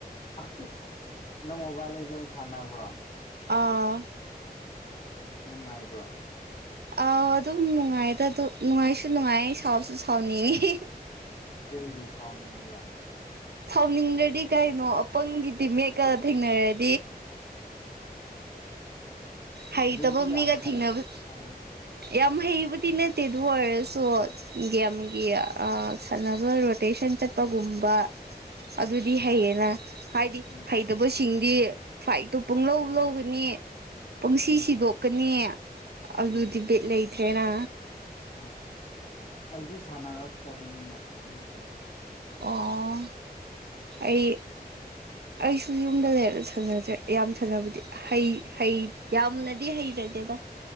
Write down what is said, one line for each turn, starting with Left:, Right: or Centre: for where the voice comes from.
Left: ꯑꯁ ꯅꯪ ꯃꯣꯕꯥꯏꯜ ꯂꯤꯖ‌ꯦꯟ ꯁꯥꯟꯅꯕ꯭ꯔꯣ
Right: ꯑꯥ
Left: ꯎꯝ ꯅꯨꯡꯉꯥꯏꯕ꯭ꯔꯣ
Right: ꯑꯧ ꯑꯗꯨꯝ ꯅꯨꯡꯉꯥꯏꯗ ꯗꯨ ꯅꯨꯡꯉꯥꯏꯁꯨ ꯅꯨꯡꯉꯥꯏ ꯁꯥꯎꯁꯨ ꯁꯥꯎꯅꯤꯡꯉꯤ
Left: ꯀꯔꯤꯒꯤ ꯁꯥꯎꯅꯤꯡꯉꯤꯕ
Right: ꯁꯥꯎꯅꯤꯡꯗ꯭ꯔꯗꯤ ꯀꯩꯅꯣ ꯑꯄꯪꯒꯤ ꯇꯤꯝꯃꯦꯠꯀ ꯊꯦꯡꯅꯔꯗꯤ ꯍꯩꯇꯕ
Left: ꯅꯣꯏꯗꯤ ꯌꯥꯝ
Right: ꯃꯤꯒ
Left: ꯍꯩ
Right: ꯊꯦꯡꯅꯕ
Left: ꯑꯥ
Right: ꯌꯥꯝ ꯍꯩꯕꯗꯤ ꯅꯠꯇꯦ ꯑꯗꯨ ꯑꯣꯏꯔꯁꯨ ꯒꯦꯝꯒꯤ ꯁꯥꯟꯅꯕ ꯔꯣꯇꯦꯁꯟ ꯆꯠꯄꯒꯨꯝꯕ ꯑꯗꯨꯗꯤ ꯍꯩꯌꯦꯅ
Left: ꯑꯥ
Right: ꯍꯥꯏꯗꯤ
Left: ꯎꯝ
Right: ꯍꯩꯇꯕꯁꯤꯡꯗꯤ
Left: ꯎꯝ
Right: ꯐꯥꯏꯠꯗꯣ ꯄꯨꯡ ꯂꯧ ꯂꯧꯒꯅꯤ ꯄꯪꯁꯤ
Left: ꯎꯝ
Right: ꯁꯤꯗꯣꯛꯀꯅꯤ ꯑꯗꯨꯗꯤ
Left: ꯎꯝ
Right: ꯕꯤꯠ ꯂꯩꯇ꯭ꯔꯦꯅ
Left: ꯍꯣꯏ ꯍꯣꯏ ꯑꯩꯗꯤ ꯁꯥꯟꯅꯔꯛꯇꯕꯅꯤꯅ ꯈꯪꯗ꯭ꯔꯦ
Right: ꯑꯣ ꯑꯩ ꯑꯩꯁꯨ ꯌꯨꯝꯗ ꯂꯩꯔꯒ ꯁꯥꯟꯅꯗꯔꯦ ꯌꯥꯝ ꯁꯟꯅꯕꯗꯤ ꯍꯩ ꯍꯩ ꯌꯥꯝꯅꯗꯤ ꯍꯩꯖꯗꯦꯗ